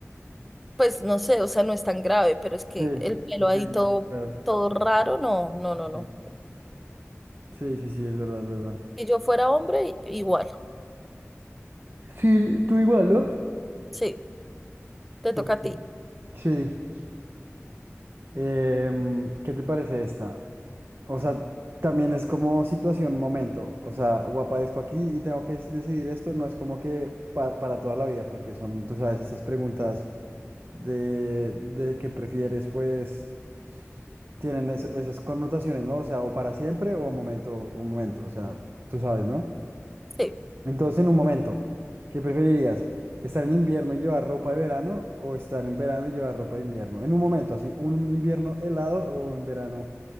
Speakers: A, in the centre; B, on the right.
A: pues no sé, o sea, no es tan grave, pero es que
B: Sí,
A: el pelo
B: depende,
A: ahí todo,
B: claro.
A: todo raro, no, no,
B: Sí,
A: no, no.
B: sí, sí, sí, sí, es verdad, es verdad.
A: Si yo fuera hombre, i- igual.
B: Sí, tú igual, ¿no?
A: Sí, te
B: Ok.
A: toca a ti.
B: Sí. Em, ¿qué te parece esta? O sea, también es como situación, momento. O sea, o aparezco aquí y tengo que es- decidir esto, no es como que pa- para toda la vida, porque son, tú sabes, estas preguntas de, de qué prefieres, pues. tienen es- esas connotaciones, ¿no? O sea, o para siempre o momento, un momento, o sea, tú sabes, ¿no?
A: Sí.
B: Entonces, en un momento, ¿qué preferirías? ¿Estar en invierno y llevar ropa de verano o estar en verano y llevar ropa de invierno? En un momento, así, un invierno helado o un verano